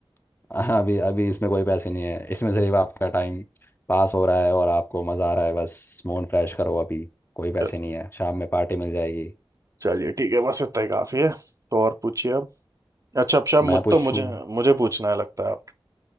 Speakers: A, on the left; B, on the right.
A: <laughs> हाँ, अभी अभी इसमें कोई पैसे नहीं है इसमें सिर्फ आपका टाइम पास हो रहा है और आपको मज़ा आ रहा है बस मूड फ्रेश करो अभी कोई पैसे
B: चलो,
A: नहीं है शाम में पार्टी मिल जाएगी
B: चलिए ठीक है बस इतना ही काफी है तो और पूछिए अब अच्छा अब शायद मुझ
A: मैं पूछूं
B: तो मुझे मुझे पूछना है लगता है आप